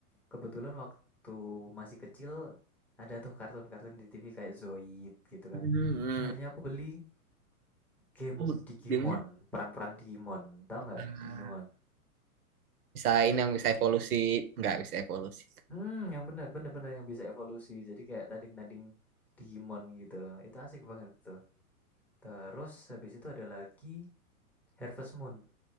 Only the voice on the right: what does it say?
Hmm.
Oh,
gamenya
Nah,
bisa ini yang bisa evolusi, nggak bisa evolusi.